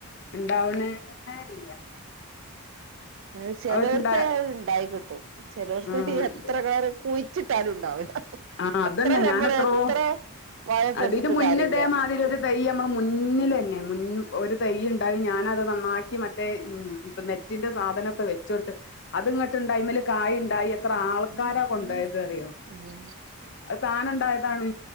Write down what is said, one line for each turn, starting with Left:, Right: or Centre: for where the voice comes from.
Left: ഇണ്ടാവണേ അറിയില്ല
Right: അത് ചെലേടത്ത്
Left: അവരുണ്ടാ
Right: ഇണ്ടായിക്കിട്ടും ചെലേടത്ത്
Left: ആഹ്
Right: കിട്ടി എത്ര <unintelligible> കുയിച്ചിട്ടാലുണ്ടാവില്ല
Left: ആഹ് അതന്നെ
Right: എത്ര ഞമ്മള്
Left: ഞാനെത്രോ
Right: എത്ര വളം ഇട്ട്
Left: അതിന്
Right: കൊട്ത്തിട്ടും
Left: മുന്നേ
Right: കാര്യല്ല
Left: ഇതേമാതിരി ഒരു തൈ അമ്മള മുന്നിലന്നെ മുൻ ഒരു തൈയ്ണ്ടായി ഞാനത് നന്നാക്കി മറ്റേ നെ റ്റിന്റെ സാധനൊക്കെ വെച്ച് കൊടുത്ത് അത് ഇങ്ങോട്ട്ണ്ടായി അയ്മേല് കായ്ണ്ടായി എത്ര ആൾക്കാരാ
Right: ഏഹ്
Left: കൊണ്ടോയത് അറിയോ അത് താനെ ഉണ്ടായതാണ്